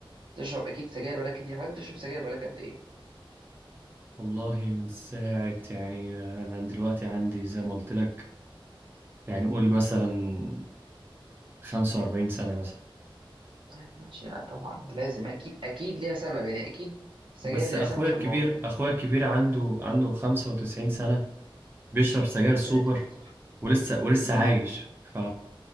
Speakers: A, on the right (about 60°); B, on the right (about 25°).
A: بتشرب اكيد سجاير بقالك كتير حضرتك بتشرب سجاير بقالك قد ايه
B: والله من ساعة يعني أنا دلوقتي عندي زي ما قلت لك يعني قول مثلا خمسة
A: مم.
B: وأربعين سنة مثلا
A: طيب ماشي لا طبعا ده لازم اكيد اكيد ليها سبب يعني اكيد السجاير
B: بس
A: ليها
B: أخويا
A: سبب في
B: الكبير
A: الموضوع ده
B: أخويا الكبير عنده عنده خمسة وتسعين سنة بيشرب سجاير سوبر
A: ربنا يديك الصحة.
B: ولسه ولسه
A: مم.
B: عايش ف